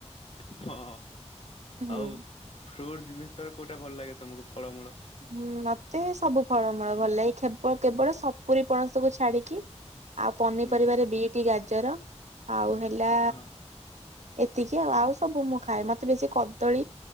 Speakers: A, on the left (about 55°); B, on the right (about 75°).
A: ହଁ
B: ହୁଁ।
A: ଆଉ ଫ୍ରୁଟ୍ ଜିମିଷତର କଉଟା ଭଲ ଲାଗେ ତମକୁ? ଫଳମୂଳ?
B: ହୁଁ ମତେ ସବୁ। ଫଳମୂଳ ଭଲ ଲାଗେ ଖେବ କେବଳ ସପୁରୀ ପଣସକୁୁ ଛାଡିକି। ଆଉ ପନିପରିବାରେ
A: ହୁଁ।
B: ବିଟି ଗା ଜର। ଆଉ ହେଲା
A: ହଁ।
B: ଏତିକି ଆଉ ଆଉ ସବୁ ମୁଁ ଖାଏ ମତେ ବେଶୀ କଦଳୀ